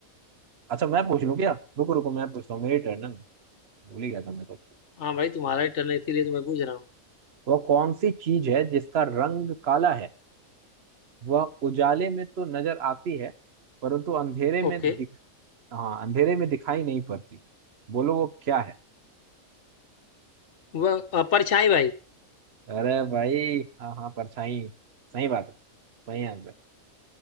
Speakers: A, on the right (about 50°); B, on the left (about 60°).
A: अच्छा मैं पूछ लूँ क्या रुको रुको मैं पूछता हूँ मेरी टर्न है ना भूल ही गया था मैं तो
B: हाँ भाई तुम्हारा ही टर्न है इसीलिए तो मैं पूछ रहा हूँ
A: वह कौन सी चीज है जिसका रंग काला है वह उजाले में तो नजर आती है परंतु अंधेरे में
B: ओके
A: दिख हाँ अंधेरे में दिखाई नहीं पड़ती बोलो वो क्या है
B: वह अ, परछाई भाई
A: अरे भाई हाँ हाँ परछाई सही बात है सही आंसर